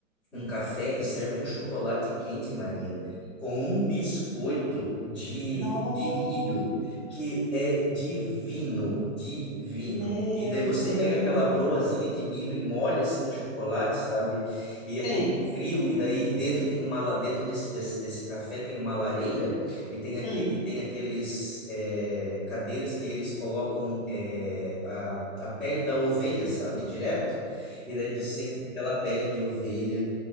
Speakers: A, in the centre; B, on the left (about 30°).
A: um café que serve um chocolate quente, Maria, com um biscoito de,
B: No,
A: de milho que é divino, divino.
B: meu
A: E daí você
B: Deus.
A: pega aquela broazinha de milho e molha assim no chocolate, sabe? E
B: Sim.
A: aquele frio, e daí dentro tem uma la- dentro desse, desse, desse café tem uma lareira e tem aque,
B: Hum.
A: e tem aqueles eh, cadeiras que eles colocam eh, a, a pele da ovelha, sabe? Direto. E daí tu senta naquela pele de ovelha